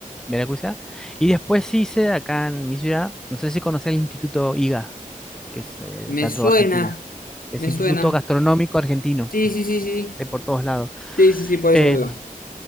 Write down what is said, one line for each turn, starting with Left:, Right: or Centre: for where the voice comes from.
Centre: me Y después hice acá en mi ciudad, no sé si conocés el Instituto IGA, que es eh,
Left: Me
Centre: tanto
Left: suena,
Centre: de Argentina, que
Left: me
Centre: es Instituto
Left: suena.
Centre: Gastronómico Argentino,
Left: Sí, sí, sí, sí.
Centre: hay por todos lados.
Left: Sí, sí, sí, por eso,
Centre: Eh,
Left: por eso.